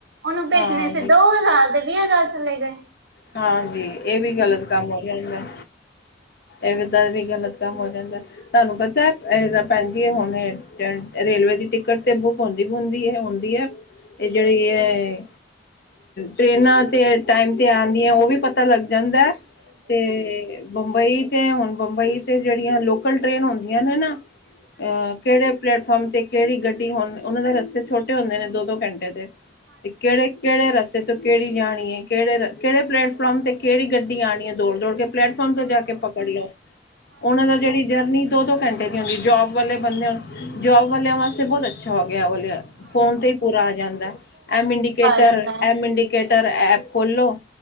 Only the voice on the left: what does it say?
ਹਾਂ
ਹਾਂਜੀ, ਇਹ ਵੀ ਗ਼ਲਤ ਕੰਮ ਹੋ ਜਾਂਦਾ। ਇਦਾਂ ਦੇ ਵੀ ਗ਼ਲਤ ਕੰਮ ਹੋ ਜਾਂਦਾ ਤੁਹਾਨੂੰ ਪਤਾ ਇਹ ਤਾਂ ਭੈਣ ਜੀ ਹੁਣ ਰੇਲਵੇ ਦੀ ਟਿਕਟ ਤੇ ਬੁੱਕ ਹੁੰਦੀ-ਹੁੰਦੀ ਐ-ਹੁੰਦੀ। ਇਹ ਜਿਹੜੀ ਐ, ਟਰੇਨਾਂ ਤੇ ਟਾਈਮ ਤੇ ਆਂਉਦੀਆਂ ਉਹ ਵੀ ਪਤਾ ਪਤਾ ਲੱਗ ਜਾਂਦਾ, ਤੇ ਬੰਬਈ ਕਿ ਹੁਣ ਬੰਬਈ ਤੇ ਜਿਹੜੀਆਂ ਲੋਕਲ ਟ੍ਰੇਨ ਹੁੰਦੀਆਂ ਨੇ ਨਾ, ਅਹ ਕਿਹੜੇ ਪਲੇਟ-ਫਾਰਮ ਤੇ ਕਿਹੜੀ ਗੱਡੀ ਹੁਣ ਉਹਨਾਂ ਦੇ ਰਸਤੇ ਛੋਟੇ ਹੁੰਦੇ ਨੇ ਦੋ-ਦੋ ਘੰਟੇ ਤੇ ਤੇ ਕਿਹੜੇ-ਕਿਹੜੇ ਰਸਤੇ ਤੋਂ ਕਿਹੜੀ ਜਾਣੀ ਆ ਕਿਹੜੇ ਰਾ ਕਿਹੜੇ ਪਲੇਟਫੋਮ ਤੇ ਕਿਹੜੀ ਗੱਡੀ ਆਣੀ ਏ ਦੌੜ-ਦੌੜ ਕੇ ਪਲੈਟਫੋਮ ਤੇ ਜਾ ਕੇ ਪਕੜ ਲਓ, ਉਹਨਾਂ ਦਾ ਜਿਹੜੀ ਜਰਨੀ ਦੋ-ਦੋ ਘੰਟੇ ਦੀ ਹੁੰਦੀ ਜੋਬ ਵਾਲੇ ਬੰਦਿਆਂ ਜੋਬ ਵਾਲਿਆਂ ਵਾਸਤੇ ਬਹੁਤ ਅੱਛਾ ਹੋ ਗਿਆ ਵਾਲ ਫੋਨ ਤੇ ਹੀ ਪੂਰਾ ਆ ਜਾਂਦਾ ਐੱਮ -ਇੰਡੀਕੇਟਰ,
ਐੱਮ- ਇੰਡੀਕੇਟਰ ਐਪ ਖੋਲੋ